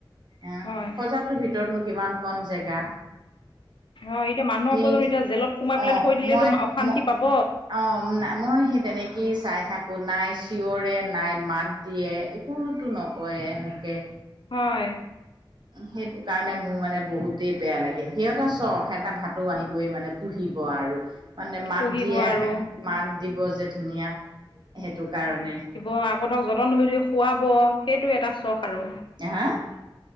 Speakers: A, on the right; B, on the left.
A: অহ
B: হয়
A: সজাটোৰ ভিতৰতনো কিমান কন জেগা
B: অ এতিয়া মানুহকো
A: সেই
B: জানো এতিয়া জেলত সোমাই পেলাই
A: অ',
B: থৈ দিলেতো
A: মই
B: অশান্তি
A: ম
B: পাব
A: অ মই সেই তেনেকেই চাই থাকো নাই চিঞৰে নাই মাত দিয়ে একোৰতো নকয়ে এনেকে
B: হয়
A: সেইটো কাৰণে মোৰ মানে বহুত তে বেয়া লাগে সিহঁতে এটা চখ এটা ভাতৌ আহিবই মানে পুহিব আৰু মানে মাত
B: পুহিব
A: দিয়ে
B: আৰু
A: মাত দিব যে ধুনীয়া সেইটো কাৰণে
B: অ আকৌ ধৰক যতন ধৰি ধৰি খুৱাব সেইটো এটা চখ আৰু
A: <unintelligible>